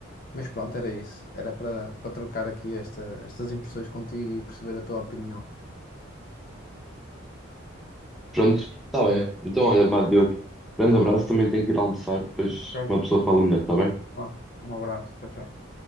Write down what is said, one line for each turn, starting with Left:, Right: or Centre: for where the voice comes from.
Left: Mas pronto, era isso. Era para para trocar aqui esta, estas impressões contigo e perceber a tua opinião.
Centre: Pronto, está bem. Então, olha, vá, Diogo. Grande abraço, também tenho que ir almoçar, depois
Left: Ok,
Centre: uma pessoa fala melhor, está bem?
Left: vá. Um abraço, tchau, tchau.